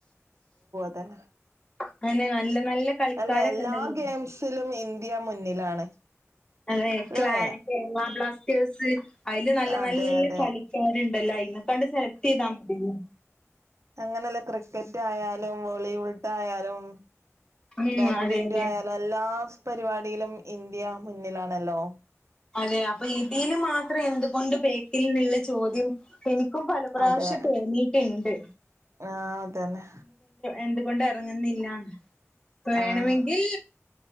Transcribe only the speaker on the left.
അങ്ങനെ നല്ല നല്ല കളിക്കാരൊക്കെ
ഉണ്ടല്ലോ.
അതെ
ല കേരള ബ്ലാസ്റ്റേഴ്സ് അതില് നല്ല
നല്ല
കളിക്കാരുണ്ടല്ലോ ഇന്നെക്കാണ്ട് സെലക്ട് ചെയ്താൽ മതില്ലേ
ഉം
അതെ അതെ.
അതെ അപ്പൊ ഇതിന് മാത്രം അത്ര എന്തുകൊണ്ട് ബേക്കില് എന്നുള്ള ചോദ്യം എനിക്കും പലപ്രാവശ്യം
തോന്നിയിട്ടുണ്ട്
എന്തുകൊണ്ട് ഇറങ്ങുന്നില്ല അപ്പ വേണമെങ്കിൽ